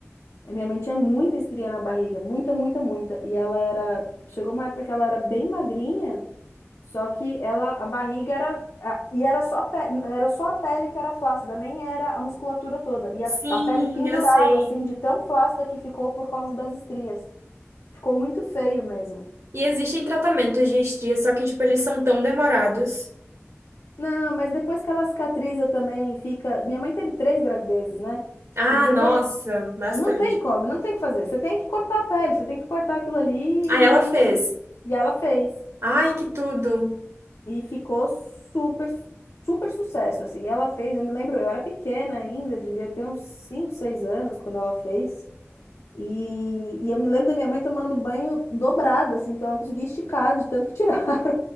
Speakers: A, on the left; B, on the right.
A: A Minha mãe tinha muita estria na barriga, muita, muita, muita. E ela era. Chegou uma época que ela era bem magrinha. Só que ela, a barriga era, a- e era só a pele, era só a pele que era flácida, nem era a musculatura toda. E a,
B: Sim,
A: a pele pendurava,
B: eu sei.
A: assim, de tão flácida que ficou por causa das estrias. Ficou muito feio mesmo.
B: E existem tratamentos de estria, só que, tipo, eles são tão demorados.
A: Não, mas depois que ela cicatriza também, fica. Minha mãe teve três gravidezes, né?
B: Ah,
A: E depois.
B: nossa, bastante.
A: Não tem como, não tem o que fazer. Você tem que cortar a pele, você tem que cortar aquilo ali e,
B: Ah, ela fez.
A: e, e ela fez.
B: Ai, que tudo.
A: E ficou super, super sucesso, assim. Ela fez, eu me lembro, eu era pequena ainda, devia ter uns 5 6 anos quando ela fez. E, e eu me lembro da minha mãe tomando banho dobrada assim, que ela não conseguia esticar de tanto que tirar. <laughs>